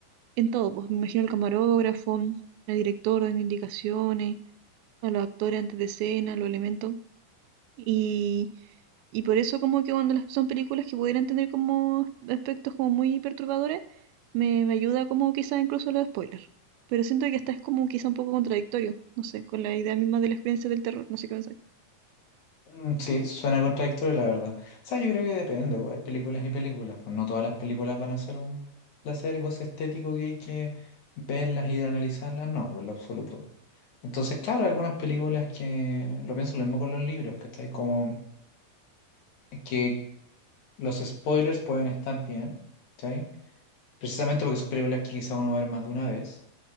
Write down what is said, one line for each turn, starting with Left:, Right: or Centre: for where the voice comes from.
Right: en todo, pues me imagino al camarógrafo, al director dando indicaciones, a los actores antes de escena, los elementos. Y, y por eso como que cuando las- son películas que pudieran tener como aspectos como muy perturbadores, me, me ayuda como quizás incluso los spoilers. Pero siento que hasta es como quizá un poco contradictorio, no sé, con la idea misma de la experiencia del terror, no sé qué pensáis.
Left: Mm, Sí, suena contradictorio, la verdad. O sea, yo creo que depende, pues hay películas y películas. Pues no todas las películas van a ser un placer, goce estético que hay que verlas y analizarlas, no, por lo absoluto. Entonces, claro, hay algunas películas que lo pienso lo mismo con los libros, ¿cachai? Como que los spoilers pueden estar bien, ¿cachai? Precisamente porque son películas que quizá uno va a ver más de una vez.